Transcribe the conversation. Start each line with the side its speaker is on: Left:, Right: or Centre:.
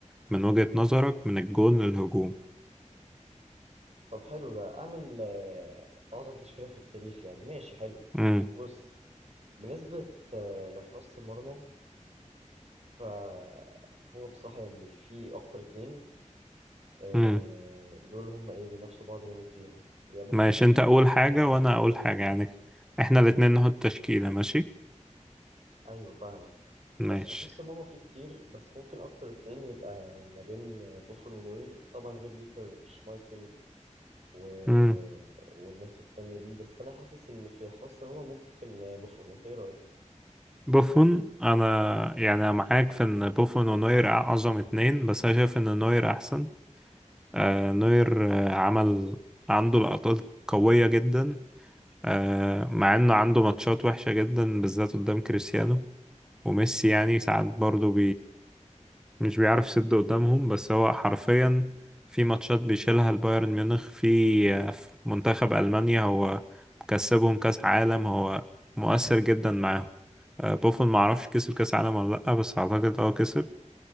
Centre: من وجهة نظرك من الجون للهجوم
Right: طب حلو ده اعمل آه، اعظم تشكيله في التاريخ يعني ماشي حلو
Centre: امم
Right: بص بالنسبه آه، لحراسه المرمى فهو بصراحه يعني في اكتر اتنين آه،
Centre: امم
Right: دول هم ايه بينافسوا بعض جامد فيها يا بوفون
Centre: ماشي انت اول حاجة
Right: يا
Centre: وانا اقول
Right: يا نوير
Centre: حاجة يعني احنا الاتنين نحط تشكيلة ماشي
Right: ايوه فاهمك
Centre: ماشي
Right: بس في حس ماما في كتير بس ممكن اكتر اتنين يبقى ما بين بوفون ونوير طبعا غير بيتر شمايكل و...
Centre: مم.
Right: والناس التانية دي بس انا حاسس ان في حس ماما ممكن بوفون انت ايه رايك
Centre: بوفون انا يعني أنا معاك في ان بوفون ونوير اعظم اتنين بس انا شايف ان نوير احسن آه نوير آه عمل عنده لقطات قوية جدا آه مع انه عنده ماتشات وحشة جدا بالذات قدام كريستيانو وميسي يعني ساعات
Right: مم.
Centre: برضه مش بيعرف يسد قدامهم بس هو حرفيا في ماتشات بيشيلها البايرن ميونخ في في منتخب ألمانيا هو مكسبهم كأس عالم هو مؤثر جدا معاهم آه، بوفون معرفش كسب كأس عالم ولا لأ بس أعتقد اه كسب